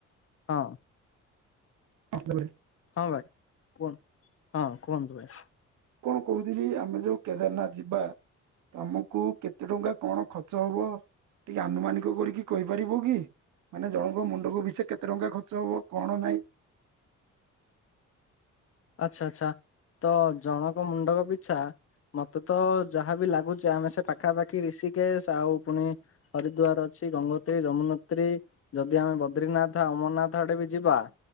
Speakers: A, on the left (about 50°); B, on the right (about 80°).
A: ହଁ।
B: <unintelligible>
A: ହଁ ଭାଇ କୁହ ହଁ କୁହନ୍ତୁ ଭାଇ!
B: କଣ କହୁଥିଲି, ଆମେ ଯୋଉ କେଦାରନାଥ ଯିବା, ତମକୁ କେତେ ଟଙ୍କା କଣ ଖର୍ଚ୍ଚ ହେବ, ଟିକେ ଆନୁମାନିକ କରିକି କହିପାରିବ କି? ମାନେ ଜଣଙ୍କ ମୁଣ୍ଡକୁ ବିଷେ କେତେ ଟଙ୍କା ଖର୍ଚ୍ଚ ହବ, କଣ ନାଇଁ?
A: ଆଛା, ଆଛା। ତ ଜଣକ ମୁଣ୍ଡକ ପିଛା ମତେ ତ ଯାହାବି ଲାଗୁଛି, ଆମେ ସେ ପାଖାପାଖି ରଋଷିକେଶ ଆଉ ପୁଣି ହରିଦଵାର ଅଛି ଗଙ୍ଗୋତ୍ରୀ, ଯମୁନୋତ୍ରୀ, ଯଦି ଆମେ ବଦ୍ରିନାଥ ଅମରନାଥ ଆଡେ ବି ଯିବା